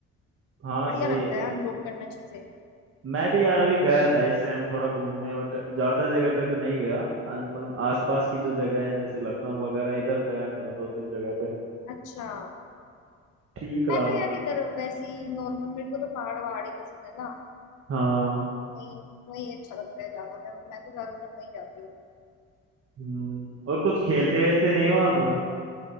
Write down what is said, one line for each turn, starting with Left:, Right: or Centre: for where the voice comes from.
Right: हाँ
Left: बढ़िया
Right: सही
Left: लगता
Right: है यार
Left: है अनलॉक करना चीजें
Right: मैं भी यार अभी गया था इस टाइम थोड़ा घूमने बट ज्यादा जगह पे तो नहीं गया आ, मतलब आसपास की जो जगह है जैसे लखनऊ वगैरह इधर गया था दो तीन जगह पे
Left: अच्छा
Right: ठीक रहा
Left: मैं तो
Right: मतलब
Left: यार इधर वैसे ही नॉर्मल मेरे को तो पहाड़ वहाड़ ही पसंद है ना
Right: हाँ
Left: वही वही अच्छा लगता है जाना मैं मैं तो ज्यादातर वही जाती हूँ
Right: हम्म, और कुछ खेलते वेलते
Left: तो
Right: नहीं हो आप